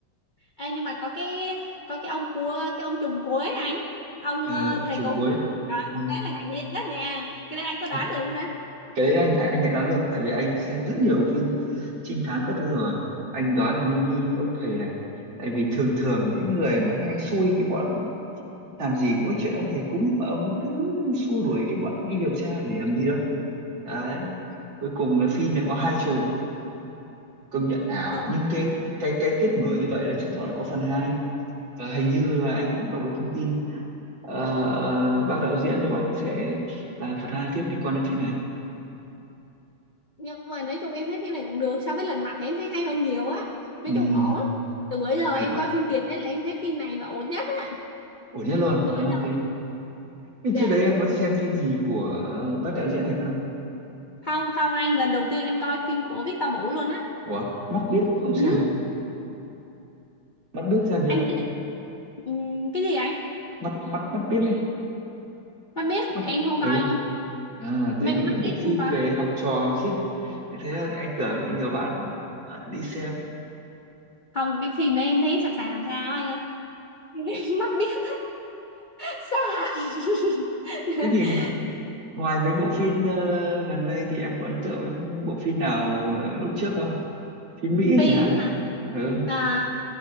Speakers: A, on the left; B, on the right.
A: Ê, nhưng mà có cái có cái ông cua cái ông trùm cuối anh. Ông
B: ờ,
A: ờ,
B: ở
A: thầy
B: trường
A: cúng.
B: cuối
A: Đó,
B: ừ.
A: ông đấy là ngạc nhiên nhất nha. Cái đấy anh có
B: Ờ,
A: đoán được không ta?
B: cái đấy anh anh, anh lại đoán được tại vì anh xem rất nhiều phim trinh thám các thứ rồi anh đoán là nghi nghi cái ông thầy này tại vì thường thường những người mà hay xui cái bọn làm gì có cái chuyện ông thầy cúng mà ông ấy cứ xua đuổi cái bọn đi điều tra để làm gì đâu đấy cuối cùng là phim này có hai chùm công nhận ảo
A: Ờ.
B: nhưng cái cái cái kết mở như vậy là chứng tỏ là có phần hai và hình như là anh cũng đọc được thông tin uh, bác đạo diễn của anh sẽ làm phần hai tiếp liên quan đến phim này
A: nhưng mà nói chung em thấy phim này cũng được so với Lật Mặt thì em thấy hay hơn nhiều á nói
B: ừ,
A: chung ổn từ bữa giờ
B: hay
A: em
B: quá
A: coi phim Việt đấy là em thấy phim này là ổn nhất á
B: ổn nhất luôn
A: bữa
B: Ờ,
A: giờ
B: ok Thế
A: dạ
B: trước đấy em có xem phim gì của bác đạo diễn này không
A: không không anh lần đầu tiên em coi phim của Victor Vũ luôn á
B: ủa mắt biếc không
A: ừ
B: xem mắt biếc xem chưa
A: anh biết ừ, cái gì anh
B: mắt mắt mắt biếc ấy
A: mắt biết
B: mắt
A: em không
B: ừ
A: coi luôn
B: à tới
A: mắt
B: những
A: mắt
B: cái bộ
A: biết
B: phim
A: không coi
B: về học trò học siếc thế thế là anh tưởng là nhiều bạn ờ, đi xem
A: không cái phim đấy em thấy sàm sàm sao anh ơi <laughs> mắt biết sao
B: thế thì
A: <laughs>
B: Ngoài mấy bộ phim ờ, gần đây thì em có ấn tượng với bộ phim nào ờ, lúc trước không? Phim Mỹ
A: phim
B: chẳng hạn.
A: hả
B: Ừ.
A: à,